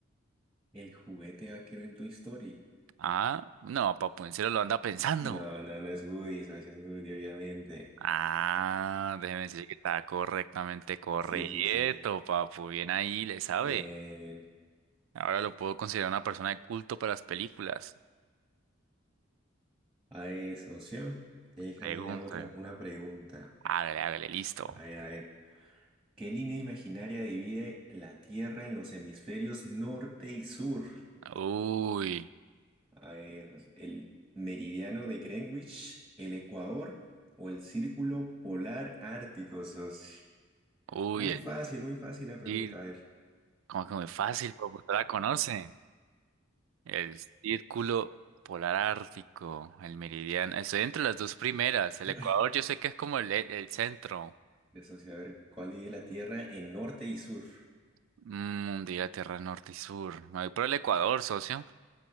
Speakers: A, in the centre; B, on the right.
A: El juguete vaquero en Toy Story.
B: Ah, no, papu, en serio lo anda pensando.
A: No, no, no es Woody, socio, es Woody, obviamente.
B: Ah, déjeme decirle que está correctamente correcto,
A: Sí, sí, sí.
B: papu. Bien ahí, le sabe.
A: Bien, bien.
B: Ahora lo puedo considerar una persona de culto para las películas.
A: A ver, socio, déjame
B: Pregunte.
A: le hago otra, una pregunta.
B: Hágale, hágale, listo.
A: A ver, a ver. ¿Qué línea imaginaria divide la Tierra en los hemisferios norte y sur?
B: Uy,
A: A ver, socio, ¿el meridiano de Greenwich, el Ecuador o el círculo polar ártico, socio?
B: uy,
A: Muy
B: el
A: fácil, muy fácil la pregunta.
B: cir-
A: A ver.
B: como que muy fácil, papu. Usted la conoce. El círculo polar ártico, el meridiano. Estoy entre las dos primeras. El
A: <laughs>
B: Ecuador, yo sé que es como el, el centro.
A: de socio, a ver, ¿cuál divide la Tierra en norte y sur?
B: Mm, diga Tierra Norte y Sur. Me voy por el Ecuador, socio,